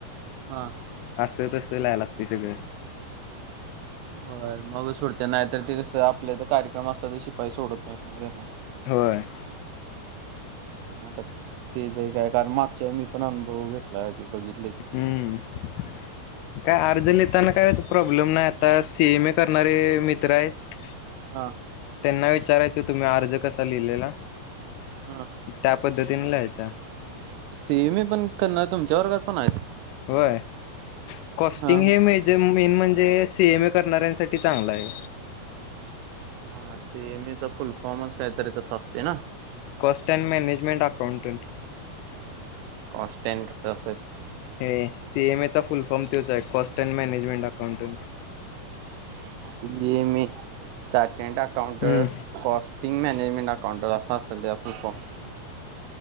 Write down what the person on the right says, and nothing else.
हा
हो मग सोडते नाही तर ते कस आपल्या तर कार्यक्रम असला तर शिपाई सोडत नाहीत माग घरी
म तेच आहे काय कारण मागच्या मी पण अनुभव घेतला ते बघितले ते
हा
हा
सिएएमए पण करणारे तुमच्या वर्गात पण आहेत
हा
हा हा सिएम़एमेचा फुलफॉर्मच काहीतरी तर आसतय ना.
Cost and कस अस
<inaudible> And account
costing management account counter अस असल त्यावर full form.